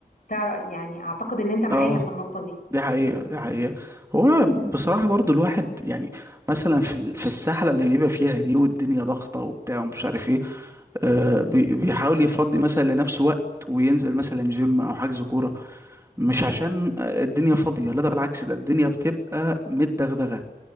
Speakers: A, on the left; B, on the right.
A: تعرف يعني أعتقد إن أنت معايا
B: اه
A: في النقطة دي
B: دي حقيقة دي حقيقة هو بصراحة برضو الواحد يعني مثلا في ال- في السحلة اللي بيبقى فيها دي والدنيا ضغطة وبتاع ومش عارف ايه آه، بي- بيحاول يفضي مثلا لنفسه وقت وينزل مثلا جيم او حجز كوره مش عشان آه، الدنيا فاضيه لا ده بالعكس ده الدنيا بتبقى متدغدغه